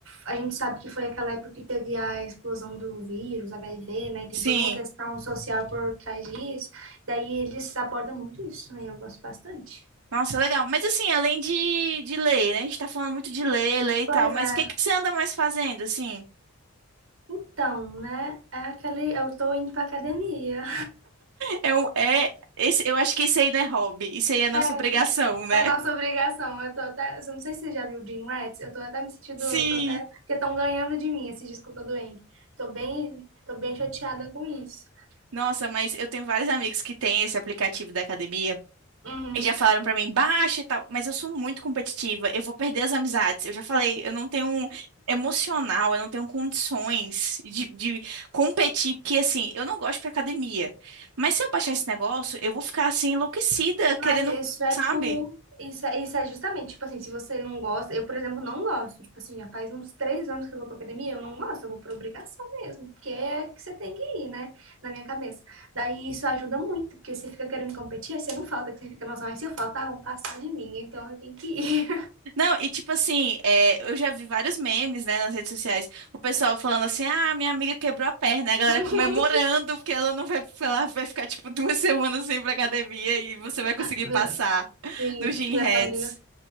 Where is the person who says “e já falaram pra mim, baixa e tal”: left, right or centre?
Right